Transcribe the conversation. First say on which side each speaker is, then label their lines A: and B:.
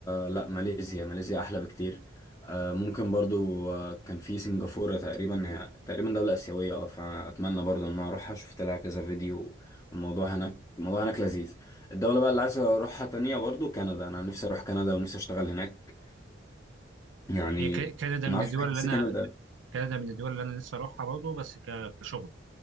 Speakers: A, on the left; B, on the right.
A: لا ماليزيا ماليزيا أحلى بكتير آه، ممكن برضو آه، كان في سنغافورة تقريبا هي تقريبا دولة آسيوية اه فأتمنى برضو إن أنا أروحها شفت لها كذا فيديو والموضوع هناك الموضوع هناك لذيذ الدولة بقى اللي عايز أروحها تانية برضو كندا أنا نفسي أروح كندا ونفسي أشتغل هناك يعني
B: هي ك- كندا
A: ما
B: من
A: أعرفش
B: الدول
A: بحس
B: اللي انا
A: كندا
B: كندا من الدول اللي انا نفسي اروحها برضه بس ك- كشغل